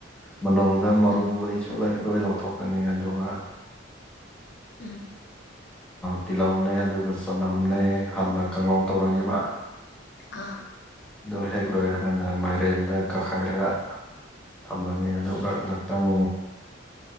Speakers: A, in the centre; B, on the left (about 55°).
A: ꯃꯅꯨꯡꯗ ꯃꯔꯨꯈꯩꯁꯨ
B: ꯎꯝ
A: ꯂꯣꯏ ꯂꯧꯊꯣꯛꯀꯅꯤ ꯑꯗꯨꯒ
B: ꯎꯝ꯫
A: ꯇꯤꯜꯍꯧꯅꯦ ꯑꯗꯨꯒ ꯆꯅꯝꯅꯦ ꯍꯥꯟꯅ ꯀꯪꯉꯧ ꯇꯧꯔꯅꯤꯕ
B: ꯑꯥ
A: ꯑꯗꯨ ꯍꯦꯛ ꯂꯣꯏꯔꯀꯥꯟꯗ ꯃꯥꯏꯔꯦꯟꯗ ꯀꯛꯈꯥꯏꯔꯒ ꯊꯝꯃꯅꯤ ꯑꯗꯨꯒ ꯉꯥꯛꯇꯪ